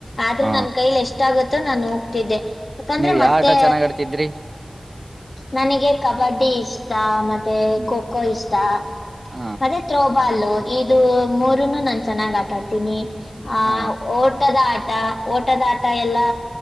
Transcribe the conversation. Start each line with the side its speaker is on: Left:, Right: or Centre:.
Left: ಆದ್ರೂ
Right: ಹ
Left: ನನ್ ಕೈಲಿ ಎಷ್ಟ ಆಗುತ್ತೋ ನಾನು ಹೋಗ್ತಿದ್ದೆ. ಯಾಕಂದ್ರೆ
Right: ನೀವು ಯಾವ್
Left: ಮತ್ತೆ
Right: ಆಟ ಚೆನ್ನಾಗ್ ಆಡ್ತಿದ್ರಿ.
Left: ನನಗೆ ಕಬಡ್ಡಿ ಇಷ್ಟ ಮತ್ತೆ
Right: ಹ್ಮ್
Left: ಖೋ ಖೋ ಇಷ್ಟ
Right: ಹಾ
Left: ಪ ತ್ರೋಬಾಲ್ ಇದು ಮೂರನ್ನು ನಾ ಚೆನ್ನಾಗ್ ಆಟಾಡ್ತೀನಿ ಆ
Right: ಹಾ
Left: ಓ ಟದ ಆಟ ಓಟದ ಆಟ ಎಲ್ಲಾ